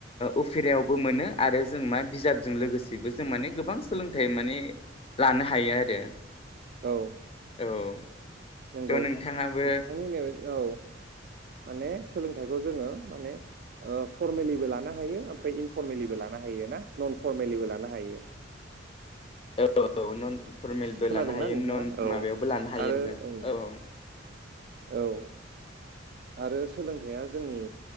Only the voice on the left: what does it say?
उफेरायावबो मोनो आरो जों मा बिजाबजों लोगोसेबो जों माने गोबां सोलोंथाइ माने लानो हायो आरो।
औ
थ' नोंथाङाबो
<unintelligible> फरमेलबो
लानो हायो
नन
माबायावबो लानो हायो
जों
औ।